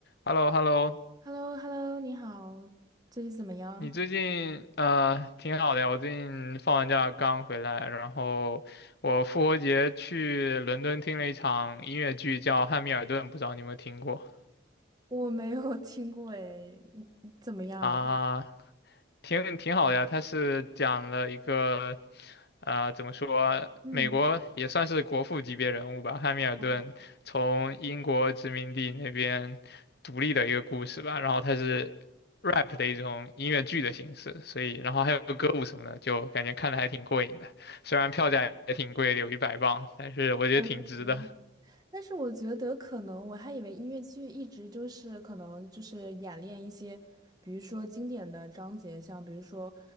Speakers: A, on the left; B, on the right.
A: h e l l o h e l l o
B: h e l l o h e l l o 你好，最近怎么样？
A: 你最近呃挺好的呀，我最近放完假刚回来，然后我复活节去伦敦听了一场音乐剧，叫《汉密尔顿》，不知道你有没有听过
B: <laughs> 我没有听过诶，嗯，怎么样？
A: 啊？挺挺好的呀，它是讲了一个，呃，怎么说，
B: 嗯，
A: 美国也算是国父级别人物吧，汉密尔顿从英国殖民地那边独立的一个故事吧。
B: 哦，
A: 然后它是 rap 的一种音乐剧的形式，所以然后还有歌舞什么的，就感觉看的还挺过瘾的。虽然票价也挺贵的，有一百磅，但是我觉得挺值的。
B: 我确实但是我觉得可能我还以为音乐剧一直就是可能就是演练一些，比如说经典的章节，像比如说，